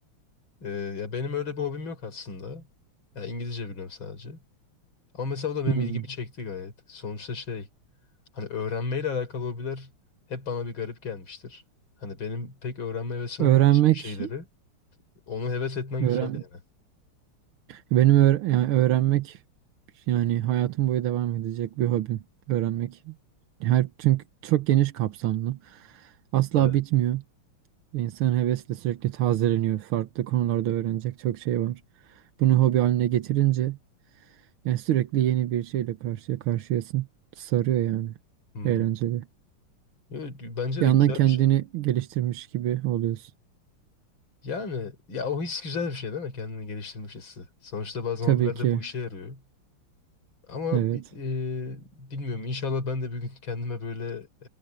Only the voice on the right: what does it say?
Hmm.
Öğrenmek,
öğren
benim öğ- yani öğrenmek yani hayatım boyu devam edecek bir hobim. Öğrenmek her çünkü çok geniş kapsamlı. Asla
bitmiyor. Ve İnsanın hevesle sürekli tazeleniyor. Farklı konularda öğrenecek çok şey var. Bunu hobi haline getirince yani sürekli yeni bir şeyle karşıya karşıyasın. Sarıyor yani.
Eğlenceli.
Bir
yandan
kendini
geliştirmiş gibi oluyorsun.
Tabii
ki.
Evet.